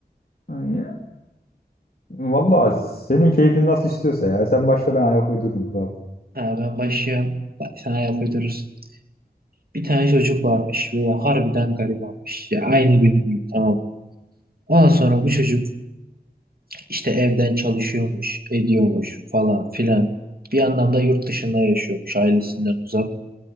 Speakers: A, on the left; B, on the right.
A: Ya, Vallahi senin keyfin nasıl istiyorsa ya. Sen başla ben ayak uydururum kral.
B: Ha, ben başlayayım. Bak, sen ayak uydurursun. Bir tane çocuk varmış böyle harbiden garibanmış. Ya, aynı benim gibi tamam mı? Ondan sonra bu çocuk İşte evden çalışıyormuş, ediyormuş falan filan. Bir yandan da yurt dışında yaşıyormuş, ailesinden uzak.